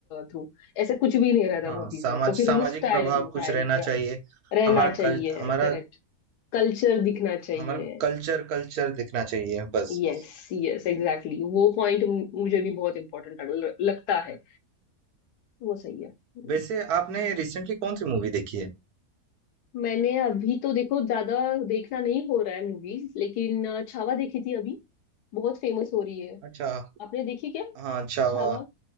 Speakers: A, on the left (about 90°); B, on the right (about 75°).
A: थ्रू ऐसा कुछ भी नहीं रहता
B: हाँ
A: मूवीज
B: समाज
A: में तो फिर
B: सामाजिक
A: उस टाइम
B: प्रभाव कुछ
A: राइट
B: रहना
A: राइट
B: चाहिए
A: रहना
B: हमारा
A: चाहिए
B: कल हमारा
A: करेक्ट कल्चर दिखना चाहिए
B: हमारा कल्चर कल्चर दिखना चाहिए बस
A: यस
B: बस
A: यस एग्जैक्टली वो पॉइंट मुझे भी बहुत इम्पोर्टेंट लगता है वो सही है हम्म।
B: वैसे आपने रिसेंटली कौन सी मूवी देखी है
A: मैंने अभी तो देखो ज्यादा देखना नहीं हो रहा है मूवीज लेकिन अ, छावा देखी थी अभी बहुत फेमस हो रही है
B: अच्छा
A: आपने देखी क्या
B: हाँ अच्छा
A: छावा
B: वाह